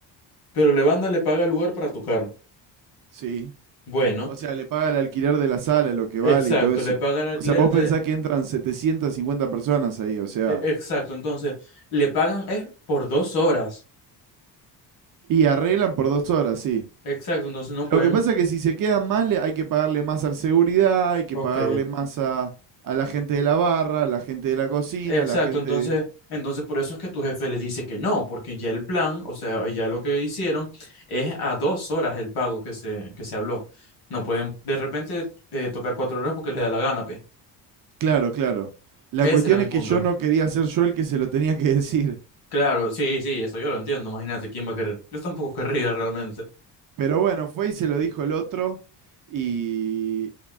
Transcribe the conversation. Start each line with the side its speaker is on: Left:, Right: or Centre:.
Left: Pero la banda le paga el lugar para tocar.
Right: Sí.
Left: Bueno,
Right: O sea, le paga el alquiler de la sala, lo que vale
Left: exacto,
Right: y todo eso.
Left: le paga el alquiler
Right: O sea, vos
Left: de...
Right: pensás que entran 750 personas ahí, o sea,
Left: e- Exacto, entonces, le pagan es por dos horas.
Right: y arreglan por dos horas, sí.
Left: Exacto, entonces no
Right: Lo
Left: pueden.
Right: que pasa es que si se quedan más, le- hay que pagarle más al seguridad, hay que
Left: Ok.
Right: pagarle más a, a la gente de la barra, a la gente de la cocina,
Left: Exacto,
Right: a la gente
Left: entonces,
Right: de,
Left: entonces por eso es que tu jefe le dice que no, porque ya el plan, o sea, ya lo que hicieron es a dos horas el pago que se, que se habló. No pueden de repente eh, tocar cuatro horas porque les da la gana, pe.
Right: Claro, claro. La
Left: Ese
Right: cuestión
Left: era mi
Right: es
Left: punto.
Right: que yo no quería ser yo el que se lo tenía que decir.
Left: Claro, sí, sí, eso yo lo entiendo. Imagínate quién va a querer. Yo tampoco querría realmente.
Right: Pero bueno, fue y se lo dijo el otro y,